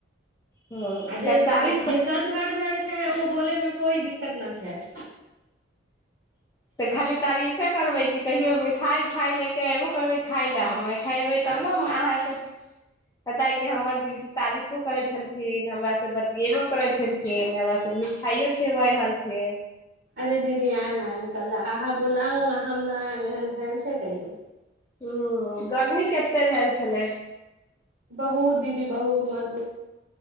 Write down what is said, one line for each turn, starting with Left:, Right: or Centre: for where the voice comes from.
Left: ह
Right: आ जे
Left: तऽ
Right: देखु
Left: तारीफ
Right: जे सच भात भेल छै, ओ बोलै में कोई दिक्कत न छै।
Left: कि खाली तारीफे करबै की कहियो मिठाई उठाई ले के अइबो करबै खाइ ले। हमे खैबै
Right: आ
Left: तब ने हम अहाँके कताय कि हमर दीदी तारीफो करै छलखिन। हमरा से बतियैबो करै छल खिन, हमरा त मिठाइयो खिअबै हलथिन।
Right: अरे दीदी आयम आयम। कल् अहाँ बोलाउ हम नहि आयब एहन भेल छै कहियो?
Left: हूॅं गर्मी केते भेल छलै?
Right: बहुत दीदी बहुत मत पू